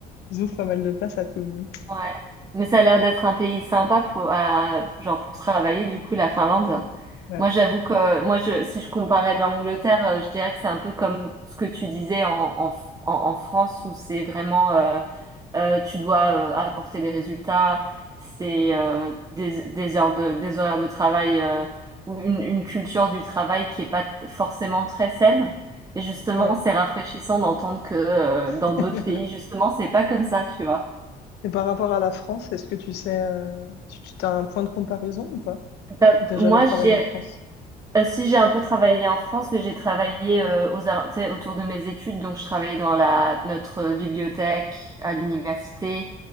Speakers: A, on the left; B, on the right.
A: ils ouvrent pas mal de place à tout le monde.
B: Ouais. Mais ça a l'air d'être un pays sympa pour, à- genre pour travailler, du coup, la Finlande.
A: Ouais.
B: Moi, j'avoue que, moi, je, si je comparais l'Angleterre, euh, je dirais que c'est un peu comme ce que tu disais en, en, F- en, en France, où c'est vraiment, euh, euh, tu dois euh, apporter des résultats, c'est euh, des, des heures de, des horaires de travail, euh, ou une, une culture du travail qui est pas t- forcément très saine. Et justement,
A: Ouais.
B: c'est rafraîchissant d'entendre que euh,
A: <laughs>
B: dans d'autres pays, justement, c'est pas comme ça, tu vois.
A: Et par rapport à la France, est-ce que tu sais, euh, tu, tu as un point de comparaison ou pas?
B: Bah,
A: Ou t'as jamais
B: moi,
A: travaillé
B: j'ai,
A: en France?
B: euh, si j'ai un peu travaillé en France, mais j'ai travaillé euh, aux, ar- tu sais, autour de mes études. Donc, je travaillais dans la, notre euh, bibliothèque à l'université.